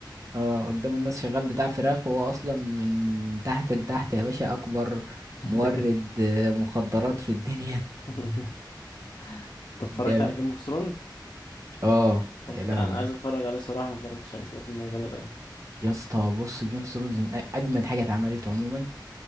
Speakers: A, on the right; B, on the left.
A: اه قدام الناس شغال بتاع فراخ وهو اصلا من تحت لتحت يا باشا اكبر
B: <laughs>
A: مورد
B: انت كده
A: آه، مخدرات في الدنيا
B: <laughs> انت اتفرجت
A: <laughs> جامد
B: على جيم اوف ثرونز
A: اه يا
B: كنت
A: لهوي
B: انا عايز اتفرج عليه صراحه ما اتفرجتش عليه سمعت ان هو جامد قوي
A: يا اسطى بص جيم اوف ثرونز من أ- اجمد حاجه اتعملت عموما